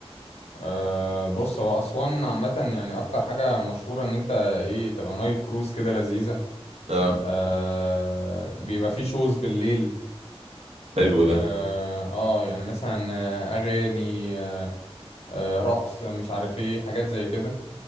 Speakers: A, on the left; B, on the right.
A: أه بص هو اسوان عامه يعني اكتر حاجه مشهوره ان انت ايه تبقى نايل كروز كده لذيذه
B: اه
A: آه بيبقى فيه شوز بالليل
B: حلو ده
A: اه آه، يعني مثلا آه، اغاني آه آه، رقص مش عارف ايه حاجات زي كده